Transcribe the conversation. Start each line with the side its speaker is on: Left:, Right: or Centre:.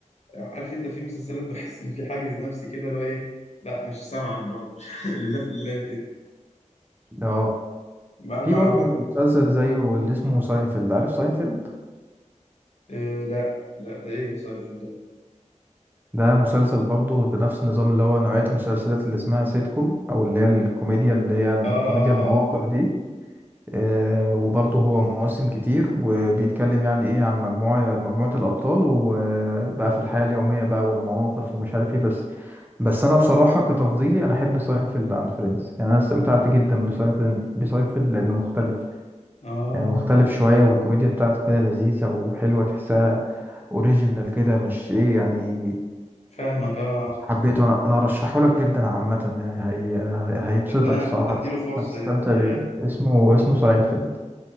Left: عارف انت في مسلسلات بحس ان في حاجز نفسي كده اللي هو ايه لا مش سامعك برضه مش <laughs> لله في الله كده
Right: اه
Left: مهما
Right: في برضه
Left: عملت
Right: مسلسل زيه اللي اسمه ساينفيلد عارف ساينفيلد
Left: آه لا لا ده ايه ده سايفل ده
Right: ده مسلسل برضه بنفس النظام اللي هو نوعية المسلسلات اللي اسمها سيت كوم او اللي هي الكوميديا اللي هي الكوميديا
Left: اه اه
Right: المواقف
Left: اه فاهم
Right: دي آه وبرضه هو مواسم كتير وبيتكلم يعني ايه عن مجموعة مجموعة الابطال وبقى في الحياة اليومية بقى والمواقف ومش عارف ايه بس بس انا بصراحه كتفضيلي انا احب ساينفيلد عن فريندز يعني انا استمتعت جدا بساينفيلد بساينفيلد لانه مختلف
Left: اه
Right: يعني مختلف شويه والكوميديا بتاعته كده لذيذه وحلوه تحسها اوريجينال كده مش ايه يعني
Left: فاهمك اه اه
Right: حبيته انا انا ارشحه لك جدا عامه يعني هي... هي... هيبسطك
Left: صدقني
Right: الصراحه
Left: أد- اديله
Right: هت-
Left: فرصة
Right: هتستمتع
Left: يعني
Right: بيه
Left: آه،
Right: اسمه اسمه ساينفيلد